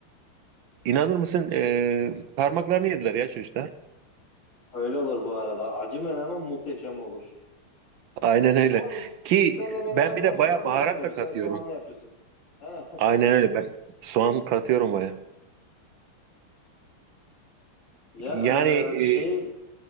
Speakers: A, on the right (about 70°); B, on the left (about 80°).
A: İnanır mısın e, parmaklarını yediler ya çocuklar.
B: Öyle olur bu arada. Acı menemen muhteşem olur.
A: Aynen öyle.
B: Ama biz,
A: Ki
B: biz seninle menemen
A: ben bir
B: konusunda
A: de baya
B: anlaşamıyoruz.
A: baharat da katıyorum.
B: Sen soğanlı yapıyorsun. He.
A: Aynen öyle. Ben soğan katıyorum baya.
B: Ya
A: Yani e,
B: e, şey